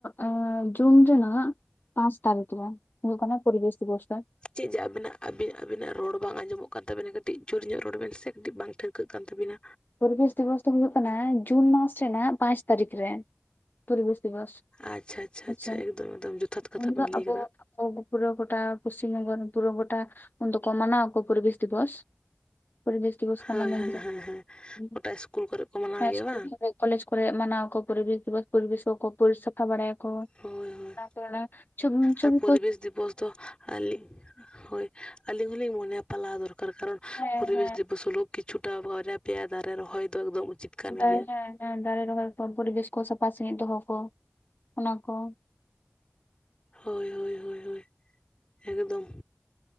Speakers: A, on the left; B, on the left.
A: ᱮ ᱡᱩᱱ ᱨᱮᱱᱟᱜ ᱦᱟᱜ ᱯᱟᱸᱪ ᱛᱟᱹᱨᱤᱠᱷ ᱨᱮ ᱦᱩᱭᱩᱜ ᱠᱟᱱᱟ ᱯᱚᱨᱤᱵᱮᱥ ᱫᱤᱵᱚᱥ ᱴᱤ
B: ᱪᱮᱫ ᱡᱮ ᱟᱵᱤᱱᱟᱜ ᱟᱵᱤᱱ ᱟᱵᱤᱱᱟᱜ ᱨᱚᱲ ᱵᱟᱝ ᱟᱸᱡᱚᱢᱚᱜ ᱠᱟᱱ ᱛᱟᱹᱵᱤᱱᱟ ᱠᱟᱹᱴᱤᱡ ᱡᱳᱨ ᱧᱚᱜ ᱨᱚᱲ ᱵᱤᱱ ᱥᱮ ᱠᱟᱹᱴᱤᱡ ᱵᱟᱝ ᱴᱷᱟᱹᱣᱠᱟᱹᱜ ᱠᱟᱱ ᱛᱟᱹᱵᱤᱱᱟ
A: ᱯᱚᱨᱤᱵᱮᱥ ᱫᱤᱵᱚᱥ ᱫᱚ ᱦᱩᱭᱩᱜ ᱠᱟᱱᱟ ᱡᱩᱱ ᱢᱟᱥ ᱨᱮᱱᱟᱜ ᱯᱟᱸᱪ ᱛᱟᱹᱨᱤᱠᱷ ᱨᱮ᱾ ᱯᱩᱨᱵᱮᱥ ᱫᱤᱵᱚᱥ
B: ᱟᱪᱪᱷᱟ
A: ᱟᱪᱪᱷᱟ
B: ᱮᱠᱫᱚᱢ ᱮᱠᱫᱚᱢ ᱡᱚᱛᱷᱟᱛ ᱠᱟᱛᱷᱟ
A: ᱩᱱᱫᱚ
B: ᱵᱮᱱ ᱞᱟᱹᱭ
A: ᱟᱵᱚ
B: ᱠᱟᱫᱟ
A: ᱚ ᱯᱩᱨᱟᱹ ᱜᱚᱴᱟ ᱯᱩᱥᱪᱤᱢ ᱯᱚᱝᱚ ᱨᱮᱱ ᱯᱩᱨᱟᱹ ᱜᱚᱴᱟ ᱩᱱ ᱫᱚᱠᱚ ᱢᱟᱱᱟᱣᱟᱠᱚ ᱯᱚᱨᱤᱵᱮᱥ ᱫᱤᱵᱚᱥ᱾ ᱯᱚᱨᱤᱵᱮᱥ ᱫᱤᱵᱚᱥ ᱠᱟᱱᱟ
B: ᱦᱳᱭ
A: ᱢᱮᱱᱛᱮ
B: ᱦᱮᱸ ᱦᱮᱸ ᱦᱮᱸ
A: ᱦᱮᱸ
B: ᱜᱚᱴᱟ ᱤᱥᱠᱩᱞ ᱠᱚᱨᱮᱜ ᱠᱚ ᱢᱟᱱᱟᱣ ᱜᱮᱭᱟ
A: ᱤᱥᱠᱩᱞ
B: ᱵᱟᱝ᱾
A: ᱠᱚᱞᱮᱡᱽ ᱠᱚᱨᱮᱜ ᱢᱟᱱᱟᱣ ᱟᱠᱚ ᱯᱚᱨᱤᱵᱮᱥ ᱫᱤᱵᱚᱥ ᱯᱚᱨᱤᱵᱮᱥ ᱠᱚᱠᱚ ᱯᱳᱨᱤᱫ ᱥᱟᱯᱷᱟ ᱵᱟᱲᱟᱭᱟᱠᱚ
B: ᱦᱳᱭ ᱦᱳᱭ
A: ᱚᱱᱟ ᱠᱚᱨᱮᱱᱟᱜ ᱪᱷᱚᱵᱤ ᱪᱷᱚᱵᱤ
B: ᱟᱨ ᱯᱚᱨᱤᱵᱮᱥ ᱫᱤᱵᱚᱥ ᱫᱚ ᱟᱹᱞᱤᱧ ᱦᱳᱭ ᱟᱹᱞᱤᱧ ᱦᱚᱸᱞᱤᱧ ᱢᱚᱱᱮᱭᱟ ᱯᱟᱞᱟᱣ ᱫᱚᱨᱠᱟᱨ ᱠᱟᱨᱚᱱ
A: ᱦᱮᱸ
B: ᱯᱚᱨᱤᱵᱮᱥ
A: ᱦᱮᱸ
B: ᱫᱤᱵᱚᱥ ᱦᱳᱞᱳ ᱠᱤᱪᱷᱩᱴᱟ ᱵᱟᱨᱭᱟ ᱯᱮᱭᱟ ᱫᱟᱨᱮ ᱨᱚᱦᱚᱭ ᱫᱚ ᱮᱠᱫᱚᱢ ᱩᱪᱤᱛ ᱠᱟᱱ
A: ᱚᱝᱠᱟ
B: ᱜᱮᱭᱟ
A: ᱦᱮᱸ ᱦᱮᱸ ᱫᱟᱨᱮ ᱨᱚᱦᱚᱭ ᱠᱚ ᱯᱚᱨᱤᱵᱮᱥ ᱠᱚ ᱥᱟᱯᱷᱟ ᱥᱟᱹᱦᱤᱡ ᱫᱚᱦᱚ ᱠᱚ ᱚᱱᱟ ᱠᱚ᱾
B: ᱦᱳᱭ ᱦᱳᱭ ᱦᱳᱭ ᱦᱳᱭ ᱮᱠᱫᱚᱢ᱾